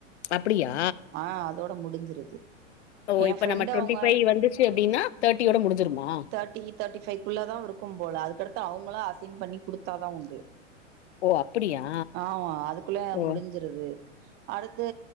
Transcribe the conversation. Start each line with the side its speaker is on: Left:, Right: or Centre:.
Left: அப்டியா
Right: ஆ அதோட முடிஞ்சிருது
Left: ஓ
Right: எ
Left: இப்ப
Right: ஃப்ரெண்டு
Left: நம்ம டுவெண்டி
Right: அவங்க
Left: பைவ் வந்துச்சு அப்டின்னா தேர்டியோட முடிஞ்சிருமா
Right: தேர்டி தேர்டி பைவ்குள்ள தான் இருக்கும் போல அதுக்கடுத்து அவுங்கள அசைன் பண்ணி கொடுத்தாதான் உண்டு
Left: ஓ அப்டியா
Right: ஆமா அதுக்குள்ளே
Left: ஓ
Right: முடிஞ்சிருது அடுத்து